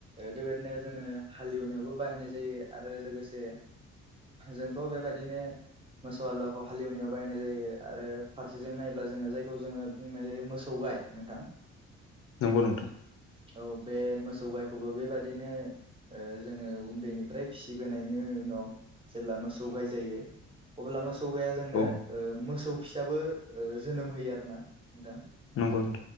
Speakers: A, on the right; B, on the left.
A: बेबायदिनो जोङो हालेवनायावबो बाहायनाय जायो आरो लोगोसे जोंथ' बेबायदिनो मोसौ हालुवाखौ हालेवनायाव बायनाय जायो आरो फारसेजों नायोब्ला जोङो जायखौ जोङो बुंनाय जायो मोसौ गाय नोंथां
B: नोंगौ नोंथां
A: औ बे मोसौ गायखौबो बेबादिनो ओ जोङो उन्दैनिफ्राय फिबोनायनि उनाव जेब्ला मोसौ गाय जायो अब्ला मोसौ गाया जोंनो
B: औ
A: ओ मोसौ फिसाबो ओ जोनोम होयो आरोना नोंथां
B: नोंगौ नोथां